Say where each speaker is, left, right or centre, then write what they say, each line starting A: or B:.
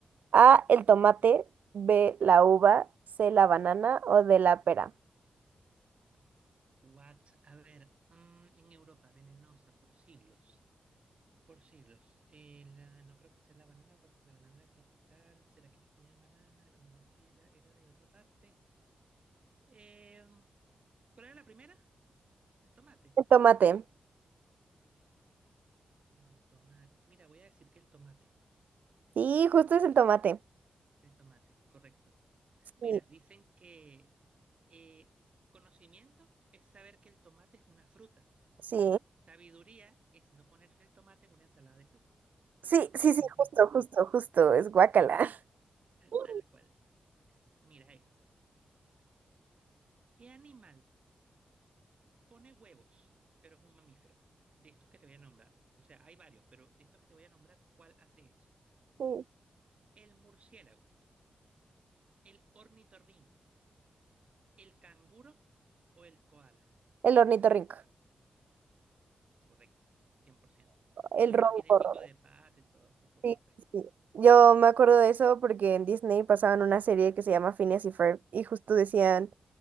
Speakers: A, on the right (about 70°); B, on the right (about 40°).
A: A, el tomate, B, la uva, C, la banana o D, la pera.
B: What? A ver, mm, en Europa, venenosa por siglos. Por siglos. Eh, la- no creo que sea la banana porque la banana era tropical. ¿Será que ellos tenían banana? A lo mejor sí era, era de otra parte. Em, ¿cuál era la primera? El tomate.
A: El tomate.
B: El tomate. Mira, voy a decir que el tomate.
A: Sí, justo es el tomate.
B: El tomate, correcto.
A: Sí,
B: Mira, dicen que eh, conocimiento es saber que el tomate es una fruta.
A: sí.
B: Sabiduría es no poner el tomate en una ensalada de fruta.
A: Sí, sí,
B: <laughs>
A: sí, justo, justo, justo. Es guacala. <laughs>
B: Tal cual. Mira esto. ¿Qué animal pone huevos, pero es un mamífero? De estos que te voy a nombrar. O sea, hay varios, pero de estos que te voy a nombrar, ¿cuál hace eso?
A: Sí.
B: El murciélago, el ornitorrinco, ¿El canguro o el koala?
A: El ornitorrinco.
B: Correcto, 100%.
A: El
B: De
A: roncorro.
B: hecho, tiene pico de pato y todo eso, por
A: Sí,
B: supuesto.
A: sí. sí. Yo me acuerdo de eso porque en Disney pasaban una serie que se llama Phineas y Ferb y justo decían